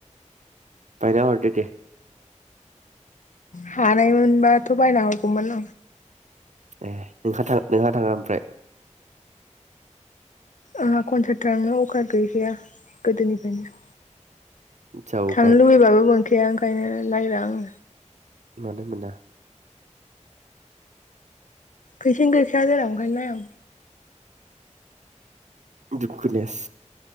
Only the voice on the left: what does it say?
हानायमोनबाथ बायना हरगौमोन
आंहा कनथ्राक्ट थांनो अकार गैखाया गोदोनिफ्रायनो
थांनो लुबैबाबो मोनखाया ओंखायनो नागिरा आङो
फैसायानो गैखाया जेराव ओंखायनो नायां